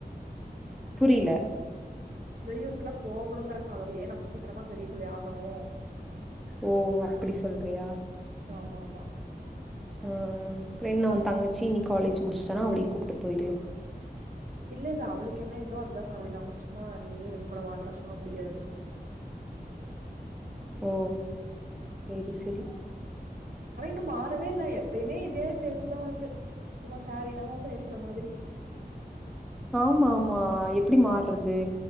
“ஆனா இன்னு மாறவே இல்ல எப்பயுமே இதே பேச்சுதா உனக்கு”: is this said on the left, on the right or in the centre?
Right